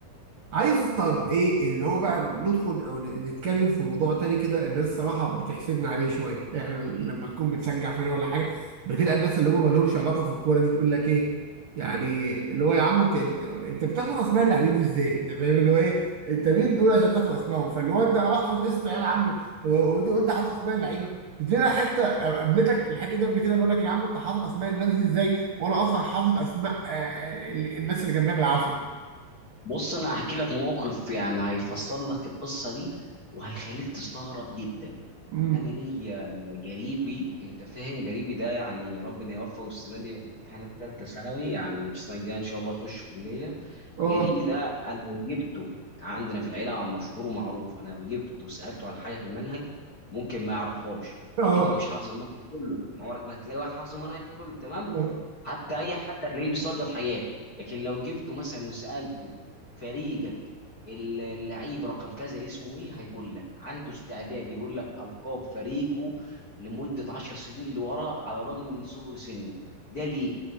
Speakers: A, on the right; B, on the left.
A: عايز طب ايه اللي هو بقى ندخل او ن- نتكلم في موضوع تاني كده الناس الصراحه بتحسدنا عليه شويه احنا لما تكون بتشجع فريق ولا حاجه بتلاقي الناس اللي هم ما لهمش علاقه في الكوره دي تقول لك ايه يعني اللي هو يا عم انت انت بتحفظ اسماء اللاعبين ازاي انت فاهم اللي هو ايه انت مين دول عشان تحفظ اسمائهم فاللي هو انت انا بحفظ اسم عيال عم و- وانت وأنت حافظ اسماء اللعيبه دي لا حته قابلتك الحته دي قبل كده اللي يقول لك يا عم انت حافظ اسماء الناس دي ازاي وانا اصلا حافظ اسماء آه، آه، الناس اللي جنبها بالعافيه
B: بص انا هحكي لك موقف يعني هيفصل لك القصه دي وهيخليك تستغرب جدا
A: امم
B: انا ليا جريبي انت فاهم جريبي ده يعني ربنا يوفقه السنه دي وفي امتحانات ثالثه ثانوي يعني السنه الجايه ان شاء الله يخش كليه
A: اه
B: غريبي ده انا لو جبته عندنا في العيله مشهور ومعروف انا لو جبته وسالته على حاجه في المنهج ممكن ما يعرفهاش
A: اه
B: اكيد هو مش حافظ المنهج كله عمرك ما هتلاقي واحد حافظ المنهج كله تمام
A: آه.
B: حتى اي حد هتلاقيه بيصدر حاجات لكن لو جبته مثلا وسالته فريقك اللعيب رقم كذا اسمه ايه هيقول لك عنده استعداد يقول لك القاب فريقه لمده 10 سنين لورا على الرغم من صغر سنه ده ليه